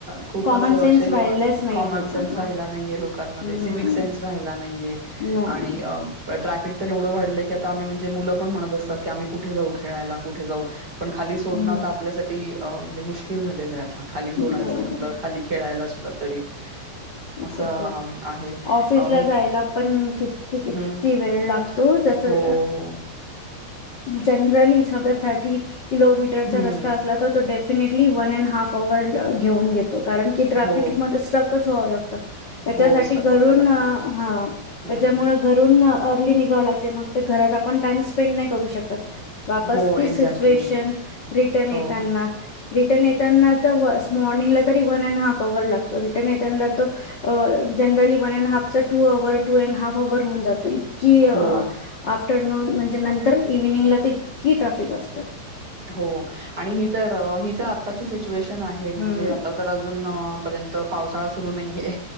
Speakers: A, on the right; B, on the left.
A: खूपच
B: कॉमन
A: असे
B: सेन्स
A: लोक
B: राहिलाच नाहीये
A: कॉमन
B: लोकांना
A: सेन्स राहिला नाहीये, लोकांमध्ये
B: हम्म
A: सिविक सेन्स राहिला नाहीये,
B: नाही
A: आणि या ट्राफिक तर एवढा वाढला आम्ही म्हणजे. जे मुलं पण म्हणत असतात. की आम्ही कुठे जाऊ खेळायला कुठ जाऊ. पण खाली सोडणं
B: हम्म
A: आता आपल्यासाठी अ म्हणजे मुश्किल झाले आहेत. खाली सोडाच,
B: बरोबर
A: म्हटलं खाली खेळायला. तरी, असं
B: तर काय
A: अम, आहे.
B: ऑफिसला
A: अ, मोठ
B: जायला पण किती किती
A: हं.
B: वेळ लागतो जसअ
A: हो, हो.
B: जनरलली सर थर्टी किलोमीटरचा
A: हं.
B: रस्ता असला तर तो definitely one and half hour घेऊन घेत कारण की ट्राफिकमध्ये
A: हो,
B: स्ट्रकच. व्हाव लातात त्याच्यासाठी
A: हो. स्टक
B: घरून
A: व्हावं लागतं.
B: हा
A: हं.
B: त्याच्यामुळे घरून, अर्ली निघावं लागते मग ते घरात आपण टाइम स्पेंड नाही करू शकत. वापस
A: हो,
B: त सिच्युएशन
A: एक्झॅक्टली.
B: रिटर्न
A: हो,
B: येताना. रिटर्न येताना तर मॉर्निंगला तरी वन अँड हाफ अवर लागतो रिटर्न येत. तो जनरली वन अँड हाफ चा टू अँड हाफ अवर होऊन जातो. की अ
A: हो.
B: आप आफ्टरनून म्हणजे नंतर इव्हनिंगला तर इतकी ट्राफिक असतं.
A: हो आणि ही तर ही तर आताची सिच्युएशन आहे. म्हणजे
B: हम्म
A: आता तर अजून र्यंत पावसाळा सुरु नाहीये.